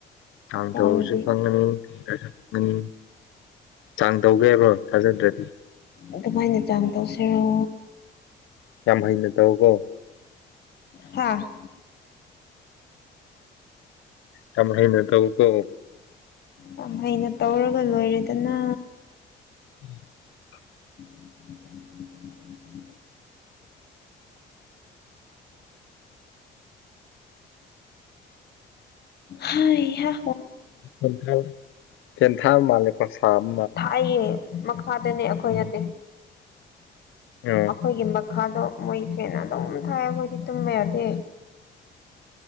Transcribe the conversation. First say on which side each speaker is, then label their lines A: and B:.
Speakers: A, on the left; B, on the left.
A: ꯆꯥꯡ
B: ꯌꯥꯎꯔꯗꯤ
A: ꯇꯧꯔꯁꯨ ꯈꯪꯉꯥꯅꯤ ꯇꯦꯗꯔ꯭ꯁꯨ ꯈꯡꯉꯥꯅꯤ ꯆꯥꯡ ꯇꯧꯒꯦ ꯍꯥꯏꯕ꯭ꯔꯣ ꯊꯥꯖꯗ꯭ꯔꯗꯤ
B: ꯑꯗꯨꯃꯥꯏꯅ ꯆꯥꯡ ꯇꯧꯁꯤꯔꯣ
A: ꯌꯥꯝ ꯍꯩꯅ ꯇꯧꯀꯣ
B: ꯍꯥꯥ
A: ꯌꯥꯝ ꯍꯅ ꯇꯧ ꯀꯣ
B: ꯌꯥꯝ ꯍꯩꯅ ꯇꯧꯔꯒ ꯂꯣꯏꯔꯦꯗꯅ
A: ꯎꯝ <inaudible>
B: <inaudible> ꯍꯦꯍꯥ
A: ꯦꯟꯊ ꯄꯦꯟꯊꯜ ꯃꯥꯅꯤꯀ ꯁ <inaudible>
B: ꯊꯥꯏꯌꯦ ꯃꯈꯥꯗꯅꯦ ꯑꯩꯈꯣꯏ
A: ꯎꯝ
B: ꯅꯠꯇꯦ
A: ꯎꯝ
B: ꯑꯩꯈꯣꯏꯒꯤ ꯃꯈꯥꯗꯣ ꯃꯣꯏ ꯐꯦꯅ ꯑꯗꯨꯝ ꯊꯥꯏ ꯑꯩꯈꯣꯏꯗꯤ ꯇꯨꯝꯃꯦ ꯌꯥꯗꯦ